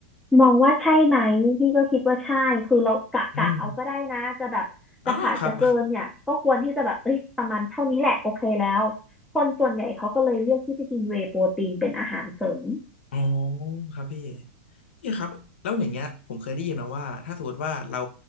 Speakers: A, in the centre; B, on the left (about 75°).
A: มองว่าใช่ไหมพี่ก็คิดว่าใช่คือเรากะกะเอาก็ได้นะจะแบบจะขาดจะเกินเนี่ยก็ควรที่จะแบบเอ้ยประมาณเท่านี้แหละโอเคแล้ว
B: อืมอ๋อครับ
A: คนส่วนใหญ่เขาก็เลยเลือกที่จะกินเวย์โปรตีนเป็นอาหารเสริม
B: อ๋อครับพี่พี่ครับแล้วอย่างเงี้ยผมเคยได้ยินมาว่าถ้าสมมติว่าเรา